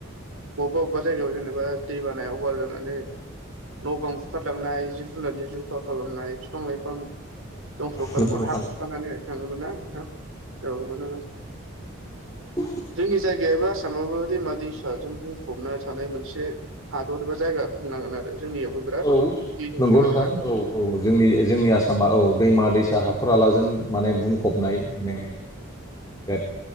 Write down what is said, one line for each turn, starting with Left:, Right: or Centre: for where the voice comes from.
Right: बबेबा बबेबा जायगायाव जेनेबा दै बानाया अभार जानानै न' बां बुखारलांनाय जिब जुनुनारनि जखा खालामनाय बिफां लाइफां दंस' खालामनानै
Left: नंगौ नोंथां
Right: हा खुखानानै थाङोमोन नां मोनोमोन
Left: अ
Right: जोंनि जायगायाबो आसामाबो दैमा दैसाजों बुंफबना थानाय मोनसे हादर एबा जायगा बुंनांगोन आरो जोंनियावबो बिराद
Left: औ
Right: दै दंसोयो
Left: नंगौ नोंथां
Right: आरोना
Left: औ औ जोंनि जोंनि आसामा औ दैमा दैसा हाखर हालाजों माने बुं फबनाय माने बिराद